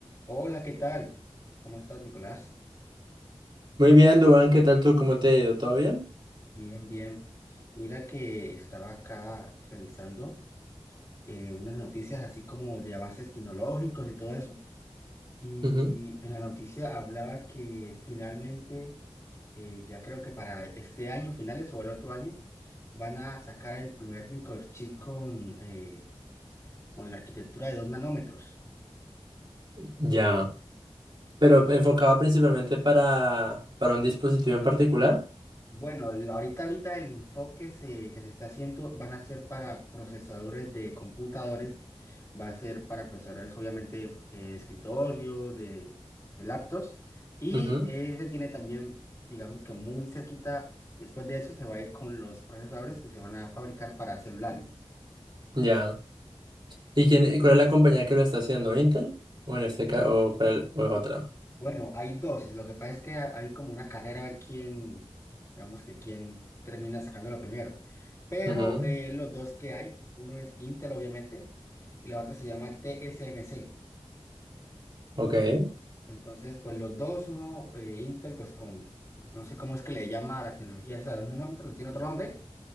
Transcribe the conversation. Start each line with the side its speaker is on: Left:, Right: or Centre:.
Left: Hola, ¿qué tal? ¿Cómo estás, Nicolás?
Right: Muy bien, Dubán, ¿qué tal tú? ¿Cómo te ha ido? ¿Todo bien?
Left: Bien, bien. Mira que estaba acá revisando eh, unas noticias así como de avances tecnológicos y todo eso. Y
Right: Ujú.
Left: en la noticia hablaba que finalmente, eh, ya creo que para este año, finales o el otro año, van a sacar el primer microchip con, eh, con la arquitectura de dos nanómetros.
Right: Ya. Pero enfocado principalmente para, para un dispositivo en particular.
Left: Bueno, la- ahorita, ahorita el enfoque se- que se está haciendo van a ser para procesadores de computadores, va a ser para procesadores obviamente eh, de escritorio, de, de laptops, y
Right: Ujú.
Left: eh, se tiene también, digamos que muy cerquita, después de eso se va a ir con los procesadores que se van a fabricar para celulares.
Right: Ya. ¿Y quién, cuál es la compañía que lo está haciendo? ¿Intel? ¿O en este caso, o cuál, o es otra?
Left: Bueno, hay dos. Lo que pasa es que ha- hay como una carrera a ver quién, digamos que quién termina sacándolo primero. Pero
Right: Ujú.
Left: eh, los dos que hay, uno es Intel, obviamente, y la otra se llama TSMC.
Right: Ok.
Left: Entonces, pues los dos, uno, eh, Intel, pues con, no sé cómo es que le llama a la tecnología esa de dos nanómetros, le tiene otro nombre.